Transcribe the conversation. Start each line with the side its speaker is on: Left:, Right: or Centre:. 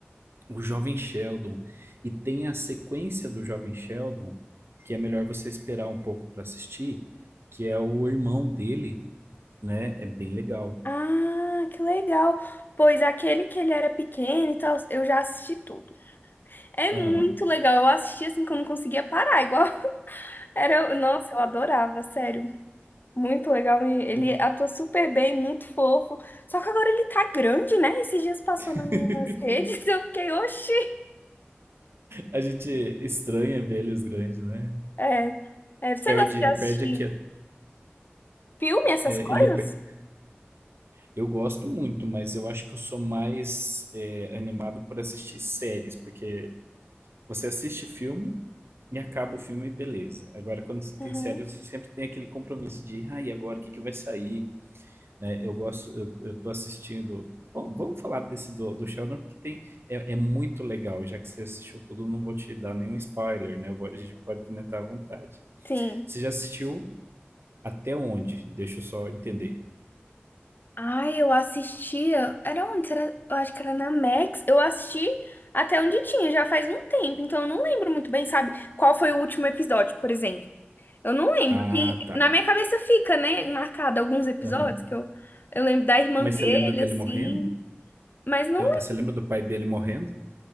Right: O Jovem Sheldon. E tem a sequência do Jovem Sheldon, que é melhor você esperar um pouco pra assistir, que é o irmão dele, né? É bem legal.
Left: Ah, que legal. Pois aquele que ele era pequeno e tal, eu já assisti tudo. É
Right: Aham.
Left: muito legal. Eu assisti assim que eu não conseguia parar, igual <laughs> era, nossa, eu adorava, sério. Muito legal, e ele
Right: E-
Left: atua super bem, muito fofo. Só que agora ele tá grande, né? Esses dias passou
Right: <laughs>
Left: nas minhas redes, <laughs> eu fiquei, oxi.
Right: A gente estranha ver eles grandes, né?
Left: É, é, você
Right: Perde,
Left: gosta de assistir
Right: perde aqui.
Left: filme,
Right: é,
Left: essas coisas?
Right: ele, per- eu gosto muito, mas eu acho que eu sou mais é, animado por assistir séries, porque Você assiste filme e acaba o filme, beleza. Agora, quando
Left: Uhum.
Right: tem série, você sempre tem aquele compromisso de, ah, e agora o que que vai sair? Né? Eu gosto, eu, eu tô assistindo. Bom, vamos falar desse do, do Sheldon, porque tem, é, é muito legal. Já que você assistiu tudo, eu não vou te dar nenhum spoiler, né? Eu vou- a gente pode comentar à vontade.
Left: Sim.
Right: Você já assistiu até onde? Deixa eu só entender.
Left: Ai, eu assistia. Era onde? Será? Eu acho que era na Max. Eu assisti até onde tinha, já faz um tempo. Então eu não lembro muito bem, sabe? Qual foi o último episódio, por exemplo. Eu não lembro.
Right: Ah,
Left: Que
Right: tá.
Left: na minha cabeça fica, né? Marcado alguns episódios
Right: Aham.
Left: que eu, eu lembro da irmã
Right: Mas
Left: dele,
Right: você lembra dele
Left: assim.
Right: morrendo?
Left: Mas não
Right: Ah,
Left: lembro.
Right: Você lembra do pai dele morrendo?